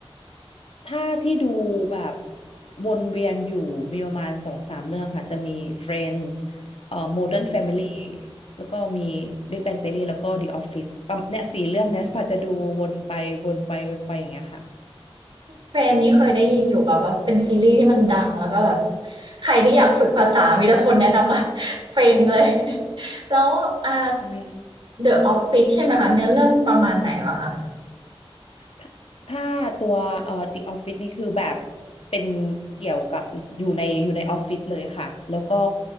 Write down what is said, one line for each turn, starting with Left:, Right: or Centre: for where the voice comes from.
Left: ถ้าที่ดูแบบวนเวียนอยู่มีประมาณสองสามเรื่องค่ะจะมี Friends เอ่อ Modern Family แล้วก็มี Big Bang Theory แล้วก็ The Office ปั๊มเนี่ยสี่เรื่องเนี้ยป่าจะดูวนไปวนไปวนไปอย่างเงี้ยค่ะ
Right: เฟรนนี้เคยได้ยินอยู่แบบว่าเป็นซีรีส์ที่มันดังแล้วก็แบบใครที่อยากฝึกภาษามีแต่คนแนะนำว่า <laughs> เฟรนเลย <laughs> แล้วอ่า
Left: ใช่
Right: The Office ใช่ไหมคะเนื้อเรื่องประมาณไหนล่ะคะ
Left: ถ้าถ้าตัวเอ่อ The Office นี่คือแบบเป็นเกี่ยวกับอยู่ในอยู่ในออฟฟิศเลยค่ะแล้วก็